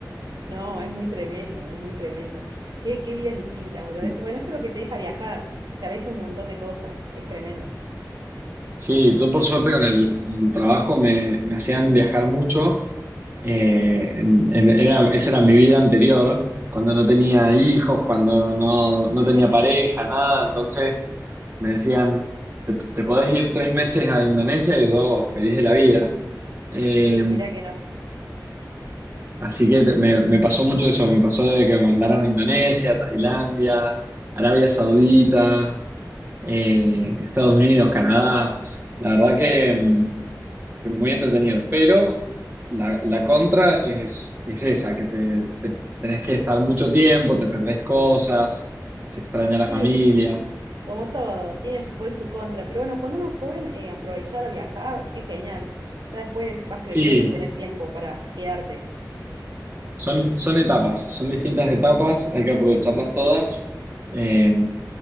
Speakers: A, on the right (about 75°); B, on the right (about 30°).
A: No, es muy tremendo, es muy tremendo. Qué, qué vidas distintas, boludo.
B: Sí.
A: Eso- bueno, eso es lo que te deja viajar. Sabes un montón de cosas. Es tremendo.
B: Sí, yo por suerte con el, el trabajo me, me hacían viajar mucho. Eh, en- en- era- esa era mi vida anterior, cuando no tenía hijos, cuando no, no
A: <laughs>
B: tenía pareja, nada. Entonces me decían, te, te podés ir tres meses a Indonesia y yo feliz de la vida. Eh,
A: Sí, mira que no.
B: así que te- me, me pasó mucho eso, me pasó de que me mandaran a Indonesia, Tailandia, Arabia Saudita, eh, Estados Unidos, Canadá. La verdad que... mm, que muy entretenido, pero la, la contra es, es esa, que te, te- tenés que estar mucho tiempo, te perdés cosas, se extraña la
A: Sí,
B: familia.
A: como todo, tiene su pro y su contra. Pero bueno, cuando uno es joven, eh, aprovechar a viajar es genial. Ya después vas creciendo
B: Sí,
A: y tenés tiempo para quedarte.
B: son, son etapas, son distintas etapas, hay que aprovecharlas todas. Eh,